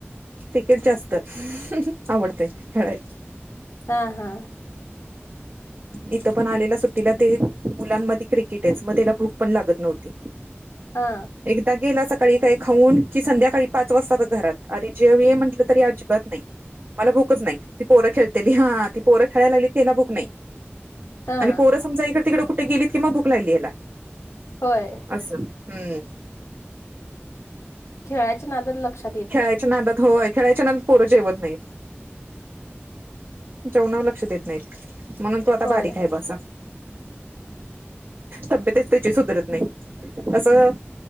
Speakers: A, on the right; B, on the left.
A: क्रिकेट जास्त.. ह्.. आवडतंय खेळाय
B: हा.. हा..
A: इथं पण आलेला सुट्टीला ते मुलांमध्ये क्रिकेटच मग त्याला भू पण लागत नव्हती.
B: हा
A: एकदा गेला सकाळी काही खाऊन की संध्याकाळी पाच वाजताच घरात, अरे.. जेव ये म्हटलं आजिबा नई मला भूकच नाही ती पोरं खेळतेली, हा.. ती पोरं खेळायला लागली त्याला भूक नाही.
B: हा
A: आणि पोरं समजा इकडे- तिकडे कुठे गेलीत कि मग भुक लागली ह्याला.
B: होय
A: असं हम्म.
B: खेळायच्या नादात लक्ष
A: खेळायच्या नादात होय, खेळायच्या नादात पोरं जेवत नाहीत, जेवणावर लक्ष देत नाहीत. म्हणून तो आता
B: होय
A: बारीक आहे ब असा. तब्येतच त्याची सुधरत नाही. असं